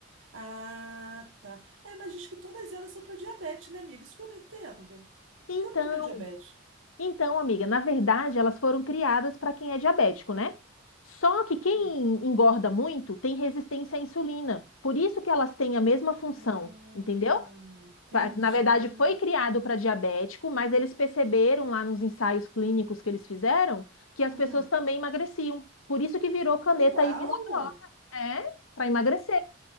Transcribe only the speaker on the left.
Então,
Então, amiga, na verdade, elas foram criadas para quem é diabético, né? Só que quem
engorda muito tem resistência à insulina. Por isso que elas têm a mesma função,
entendeu?
Pa- Na verdade, foi criado para diabético, mas eles perceberam lá nos ensaios clínicos que eles fizeram que as
pessoas também emagreciam. Por isso que virou caneta
aí milagrosa, é, para emagrecer.